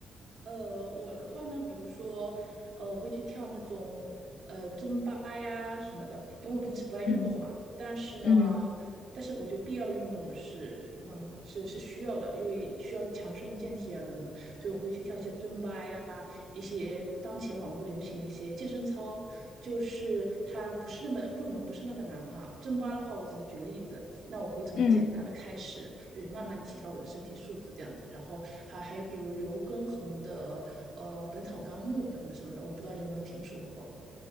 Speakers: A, on the right; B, on the left.
A: 呃，我的话呢，比如说，呃，我会去跳那种呃尊巴呀什么的，因为我平时不爱运动嘛。
B: 嗯
A: 但是呢，
B: 嗯
A: 但是我觉得必要的运动是忘了是是需要的，因为需要强身健体啊等等，所以我会去跳一些尊巴呀，一些当前网络流行的一些健身操，就是它不是那么入门，不是那么难哈。尊巴的话，我只是举个例子，那我会从简单的开始，
B: 嗯。
A: 就是慢慢提高我的身体素质这样子。然后还还有比如刘畊宏的呃《本草纲目》的什么的，我不知道你有没有听说过。